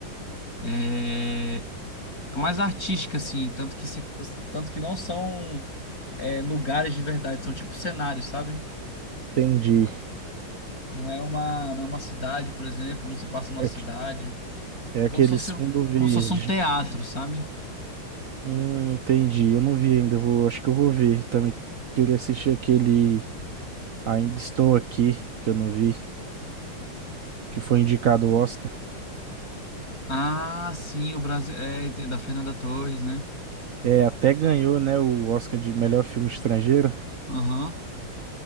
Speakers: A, on the left; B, on the right.
A: é, mais artística, assim, tanto que se, tanto que não são é, lugares de verdade, são tipo cenários, sabe?
B: Entendi.
A: Não é uma, não é uma cidade, por exemplo, não se passa numa
B: É,
A: cidade.
B: que- é
A: É
B: aqueles
A: como se fosse, um-
B: fundo verde.
A: como se fosse um teatro, sabe?
B: Hum, entendi. Eu não vi ainda, eu vou, acho que eu vou ver. Eu também queria assistir aquele Ainda Estou Aqui, que eu não vi, que foi indicado ao Oscar.
A: Ah, sim, o Brasil. É, tem- da Fernanda Torres, né?
B: É, até ganhou, né, o Oscar de melhor filme estrangeiro.
A: Aham.